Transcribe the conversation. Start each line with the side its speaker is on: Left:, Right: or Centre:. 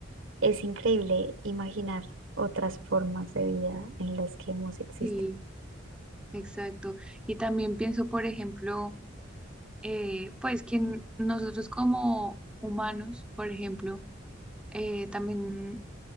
Right: es increíble imaginar otras formas de vida en las que hemos existido.
Centre: sí, exacto. Y también pienso, por ejemplo, eh, pues que nosotros como humanos, por ejemplo, eh, también